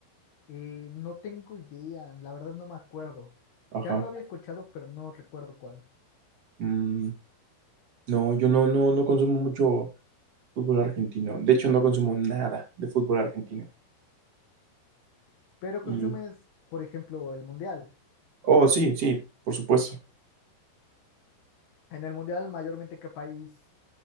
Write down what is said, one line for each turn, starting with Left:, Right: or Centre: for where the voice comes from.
Left: Eh, no tengo idea, la verdad no me acuerdo.
Right: Ajá.
Left: Ya lo había escuchado, pero no recuerdo cuál.
Right: Mm, no, yo no, no, no consumo mucho Fútbol argentino. De hecho, no consumo nada de fútbol argentino.
Left: Pero
Right: Y,
Left: consumes, por ejemplo, el mundial.
Right: oh, sí, sí, por supuesto.
Left: En el mundial, mayormente, ¿qué país?